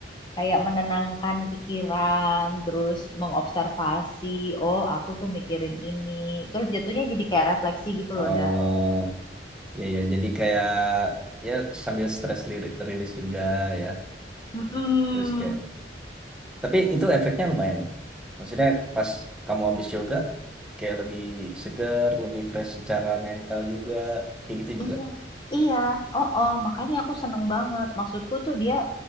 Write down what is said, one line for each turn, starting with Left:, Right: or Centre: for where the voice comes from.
Left: kayak menenangkan pikiran, terus mengobservasi, oh aku tuh mikirin ini. Terus jatuhnya jadi kayak refleksi gitu
Centre: oh
Left: loh, Da.
Centre: iya iya jadi kayak ya sambil stress lirik rilis juga ya
Left: Mm-mm.
Centre: terus kayak Tapi itu efeknya lumayan. Mi. Maksudnya pas kamu habis yoga, kayak lebih seger, lebih fresh secara mental juga. Kayak gitu juga.
Left: Iya, iya, oh oh makanya aku seneng banget. Maksudku tuh dia,